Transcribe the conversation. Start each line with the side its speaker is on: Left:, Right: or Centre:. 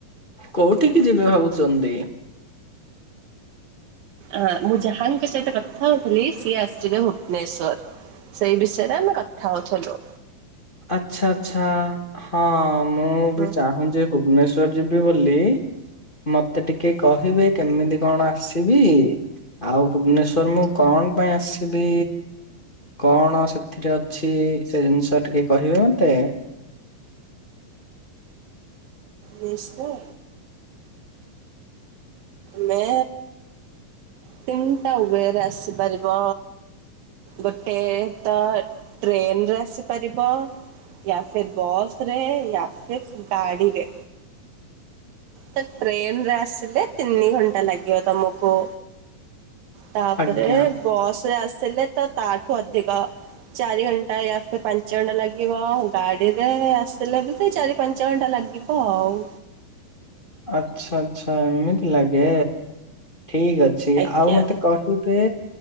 Left: କୋଉଠିିକି ଯିବେ ଭାବୁଚନ୍ତି?
Right: ହାଁ ମୁଁ ଯାହାଙ୍କ ସହିତ କଥା ହୋଉଥିଲି ସିଏ ଆସିିବେ ଭୁବନେଶ୍ଵର। ସେଇ ବିଷୟରେ ଆମେ କଥା ହୋଉଥୁଲୁ।
Left: ଆଚ୍ଛା ଆଚ୍ଛା। ହଁ ମୁଁ
Right: ହଁ।
Left: ବି ଚାହୁଁଛି ଭୁବନେଶ୍ଵର ଯିବି ବୋଲି। ମତେ ଟିକେ କହିବେ କେମିତି କଣ ଆସିବି। ଆଉ ଭୁବନେଶ୍ଵର ମୁଁ କଣ ପାଇଁ ଆସିବି? କଣ ସେଥିରେ ଅଛି ସେ ଜିନିଷ ଟିକେ କହିବେ ମତେ।
Right: ନିଶ୍ଚୟ। ମେ ତିନିଟା ୱେ ରେ ଆସିବି। ପାରିବ। ଗୋଟେ ତ ଟ୍ରେନରେ ଆସିପାରିବ। ୟା ଫିର୍ ବସ ରେ ୟା ଫିର୍ ଗାଡିରେ। ତ ଟ୍ରେନେ ରେ ଆସିଲେ ତିନି ଘଣ୍ଟା ଲାଗିବ ତମକୁ। ତାପରେ
Left: ଆଜ୍ଞା
Right: ବସ୍ ରେ ଆସିଲେ ତ ତାଠୁ ଅଧିକ। ଚାରି ଘଣ୍ଟା ୟା ଫିର୍ ପାଞ୍ଚ ଘଣ୍ଟା ଲାଗିବ ଗାଡିରେ ଆସିଲେ ବି ସେଇ ଚାରି ପାଞ୍ଚ ଘଣ୍ଟା ଲାଗିବ। ହ ଉ।
Left: ଆଛା ଆଚ୍ଛା ଏମିତି ଲାଗେ ଠିକ୍ ଅଛି। ସିଏ
Right: ଆଜ୍ଞା
Left: ଆଉ ମତେ କହିବେ?